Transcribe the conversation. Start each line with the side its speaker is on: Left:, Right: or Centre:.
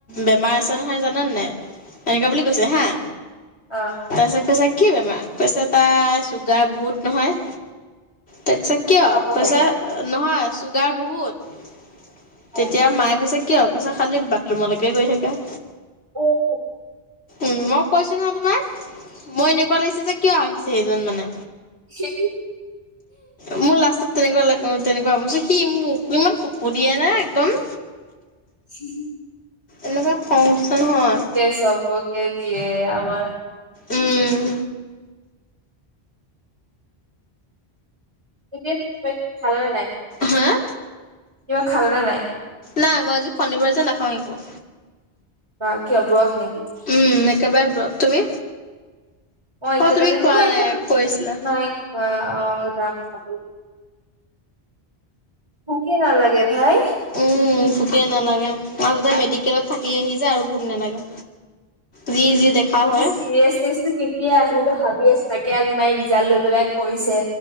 Left: বেমাৰ আছে নহয় জানেনে নাই এনেকা বুলি কৈছে হাঁ
Right: অ'
Left: তাৰপিছত কৈছে কি বেমাৰ কৈছে তাইৰ চুগাৰ বহুত নহয় তাৰপিছত কি আও
Right: নপঢ়ে
Left: কৈছে, নহয় চুগাৰ বহুত
Right: অ
Left: তেতিয়া মায়ে কৈছে, কিয় কৈছে খালি বাথৰুমলৈকে গৈ থাকে।
Right: <inaudible>
Left: উম মই কৈছো নহয় তোমাৰ মই এনেকুৱা লাগিছে যে কিয় আহিছে এইজন মানে
Right: <inaudible>
Left: মোৰ লাষ্টত তেনেকুৱা লাগিল তেনেকুৱা মই ভাবিছোঁ সি মোক ইমান চকু দিয়েনে একদম
Right: <inaudible>
Left: এনেকুৱা খং উঠিছে নহয়।
Right: <inaudible> কে দিয়ে আমাৰ
Left: উম
Right: এতিয়া <unintelligible> খালা নে নাই
Left: হাঁ
Right: কিবা খালা নে নাই?
Left: নাই মই আজি শনিবাৰ যে নাখাওঁ একো
Right: বা কিয় ব্ৰত নেকি
Left: উম একেবাৰে ব্ৰত তুমি
Right: মই এতিয়ালৈকে
Left: অ' তুমি খোৱা
Right: মই একো
Left: নাই কৈছিলা
Right: নাই খোৱা অ' যাম খাবলৈ ভোকে নালাগে ভাই
Left: উম ভোকে নালাগে আৰু যে মেডিকেলত থাকি আহি যে আৰু ভোক নালাগে যি যি দেখা
Right: মই
Left: হয়
Right: যে চিৰিয়েছনেচটো কেতিয়া আহিব ভাবি আছোঁ তাকে আজি মাই ৰিজাল্ট লৈ পেলাই কৈছে